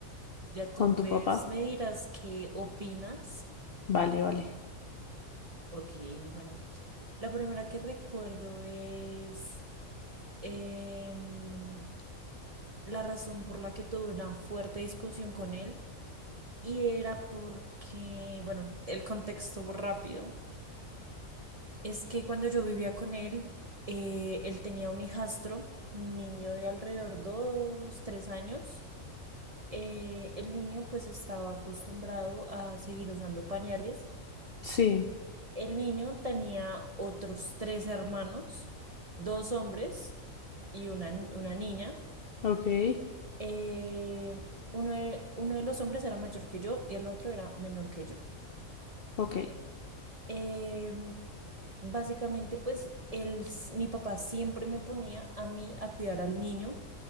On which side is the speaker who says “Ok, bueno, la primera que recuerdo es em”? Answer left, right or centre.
Right